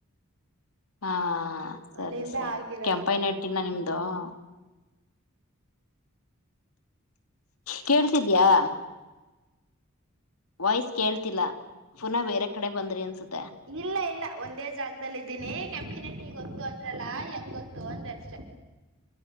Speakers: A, on the left; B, on the right.
A: ಹಾ.... ಸರಿ
B: ಅಲ್ಲಿಂದ
A: ಸರಿ
B: ಆಗಿರೋದು
A: ಕೆಂಪ ನೆಟ್ಟಿನ ನಿಮ್ದ ಹೌದಾ... ಕೇಳ್ತಿದ್ಯಾ..... ವಾಯ್ಸ್ ಕೇಳ್ತಿಲ್ಲಾ.... ಪುನ ಬೇರೆ ಕಡೆ ಬಂದ್ರಿ ಅನ್ಸುತ್ತ
B: ಇಲ್ಲ ಇಲ್ಲ ಒಂದೇ ಜಾಗದದಲ್ಲಿ ಇದೀನಿ ಕೆಪ್ಯುನಿಟಿ ಗೊತ್ತುತ್ತು ಅಂದ್ರಲ್ಲ ಹೆಂಗ್ ಗೊತ್ತು ಗೊತ್ತು ಅಂದೆ ಅಷ್ಟೆ